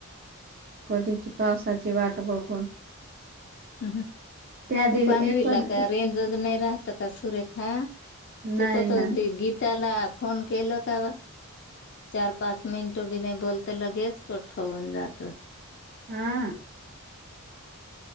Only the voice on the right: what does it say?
कधीची पावसाची वाट बघून,
त्या
दिव
एकच
नाही
ना
हा